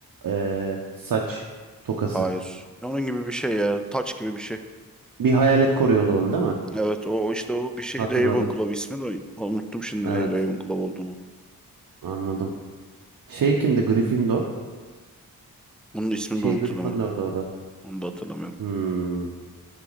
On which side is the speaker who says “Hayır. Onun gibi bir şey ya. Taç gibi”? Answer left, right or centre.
Centre